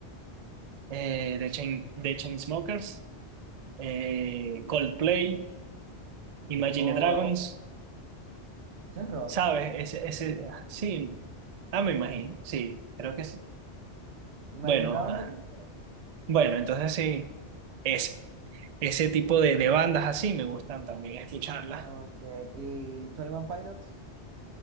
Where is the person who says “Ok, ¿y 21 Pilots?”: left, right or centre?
Right